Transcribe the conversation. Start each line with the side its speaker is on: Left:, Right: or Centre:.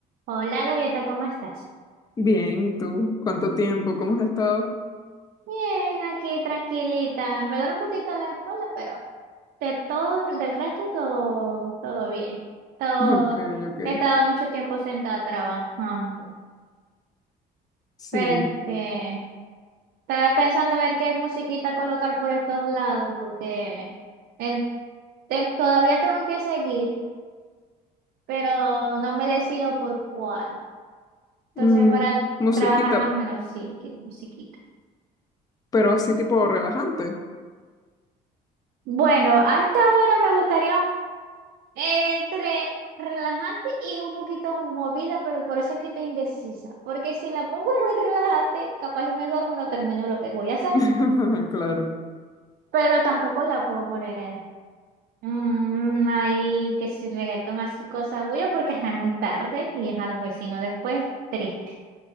Right: Hola Gaviota, ¿cómo estás?
Left: Bien, ¿y tú? ¿Cuánto tiempo? ¿Cómo has estado? <laughs>
Right: Bien, aquí tranquilita. Me duele un poquito la espalda, pero de todo, del resto todo, todo bien. Todo,
Left: Ok, ok.
Right: he estado mucho tiempo sentada trabajando.
Left: Sí.
Right: Pero este, estaba pensando a ver qué musiquita colocar por estos lados, porque eh, ten- todavía tengo que seguir, pero no me decido por cuál. Entonces,
Left: Mm,
Right: para
Left: musiquita,
Right: trabajar más o menos, sí, quiero musiquita.
Left: pero así tipo relajante.
Right: Bueno, a esta hora me gustaría Entre relajante y un poquito movida, pero por eso es que estoy indecisa. Porque si la pongo muy relajante, capaz y me duermo y no termino lo que voy a hacer.
Left: <laughs> Claro,
Right: Pero tampoco la puedo poner en, mm, ahí, que si reggaetón así, cosas voy a porque es muy tarde y es a los vecinos después, triste.